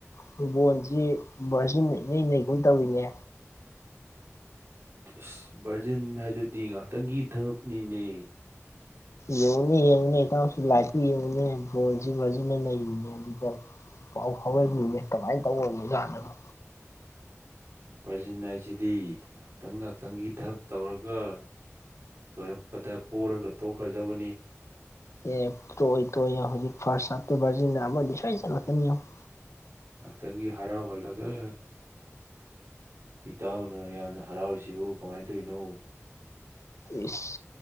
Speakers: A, on the left; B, on the right.
A: ꯐꯨꯠꯕꯣꯜꯁꯤ ꯚꯔꯖꯤꯟꯅ ꯏꯅꯩ ꯅꯩ ꯒꯨꯝ ꯇꯧꯋꯤꯅꯦ
B: ꯏꯁ ꯕꯔꯖꯤꯟ ꯍꯥꯏꯗꯨꯗꯤ ꯉꯍꯥꯛꯇꯪꯒꯤ ꯙꯞꯅꯤꯅꯦ
A: ꯌꯦꯡꯉꯨꯅꯦ ꯌꯦꯡꯉꯨꯅꯦ ꯏꯇꯥꯎꯁꯨ ꯂꯥꯞꯐ ꯌꯦꯡꯉꯨꯅꯦ ꯕꯣꯜꯖꯦ ꯕꯔꯖꯤꯟꯅ ꯅꯩꯔꯤꯅꯦ ꯏꯇꯥꯎ ꯄꯥꯎ ꯐꯥꯎꯔꯛꯏꯅꯦ ꯀꯃꯥꯏ ꯇꯧꯔꯕ ꯖꯥꯠꯅꯣꯅ
B: ꯕꯔꯖꯤꯟ ꯍꯥꯏꯁꯤꯗꯤ ꯉꯍꯥꯛꯇꯪ ꯉꯍꯥꯛꯇꯪꯒꯤ ꯗꯥꯞ ꯇꯧꯔꯒ ꯂꯣꯏꯔꯛꯄꯗ ꯄꯔꯣꯒ ꯇꯣꯛꯈ꯭ꯔꯗꯕꯅꯤ
A: ꯑꯦ ꯇꯣꯢ ꯇꯣꯢꯅ ꯐꯥꯔꯁ ꯍꯥꯞꯇ ꯕꯔꯖꯤꯟꯅ ꯑꯃꯗꯤ ꯁꯣꯢꯗꯅ ꯆꯠꯂꯛꯀꯅꯤ ꯌꯦꯡꯉꯣ
B: ꯑꯗꯒꯤ ꯍꯔꯥꯎꯍꯜꯂꯒ ꯑꯍꯝ ꯏꯇꯥꯎꯅ ꯌꯥꯝꯅ ꯍꯔꯥꯎꯔꯤꯁꯤꯕꯨ ꯀꯃꯥꯏꯅ ꯇꯧꯔꯤꯅꯣ
A: ꯏꯁ